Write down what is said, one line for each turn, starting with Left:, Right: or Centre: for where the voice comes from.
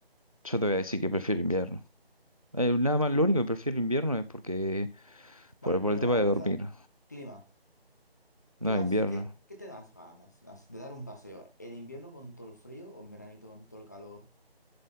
Right: yo te voy a decir que prefiero invierno. Eh, nada más, lo único que prefiero invierno es porque, por,
Left: Vale, primero
Right: por el tema
Left: vamos
Right: de
Left: a empezar.
Right: dormir.
Left: Clima.
Right: No,
Left: ¿Qué más?
Right: invierno.
Left: ¿Qué, qué te das ganas las- de dar un paseo? ¿En invierno con todo el frío o en veranito con todo el calor?